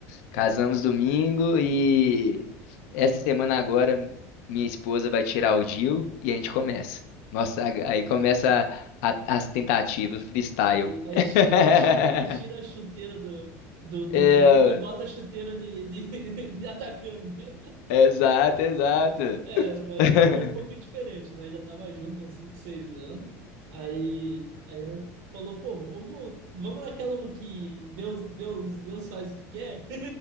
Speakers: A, on the left; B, on the right.
A: Casamos domingo e essa semana agora minha esposa vai tirar o DIU e a gente começa. Nossa, a- aí começa a- as tentativas, o freestyle.
B: Aí, aí
A: <laughs>
B: tira, aí tira, aí tira a chuteira do, do, do
A: É,
B: treino e bota a chuteira de, de, <laughs> de atacante.
A: exato, exato.
B: É, é, mas
A: <laughs>
B: que foi um pouco diferente, nós já tava junto há uns 5 6 anos. Aí, aí nós falou, pô, vamos, vamos naquela que Deus, Deus, Deus faz o que quer. <laughs>